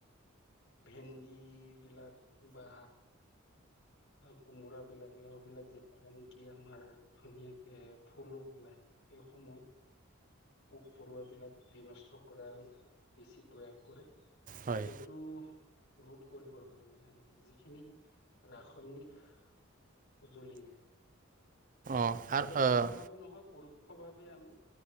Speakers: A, on the left; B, on the right.
A: ভেন্দিবিলাক বা কোমোৰাবিলাক, লাওবিলাক যেতিয়া নেকি আমাৰ ধুনীয়াকে ফুলো ওলায় সেই সময়ত পোক পৰুৱাবিলাক বিনষ্ট কৰাৰো বেছি প্ৰয়াস কৰে।
B: হয়
A: সেইটো ৰোধ কৰিবৰ কাৰণে আমি যিখিনি ৰাসায়নিক সঁজুলিৰে
B: অঁ
A: প্ৰত্যক্ষভাৱে
B: আৰু
A: নহয় পৰোক্ষভাৱে আমি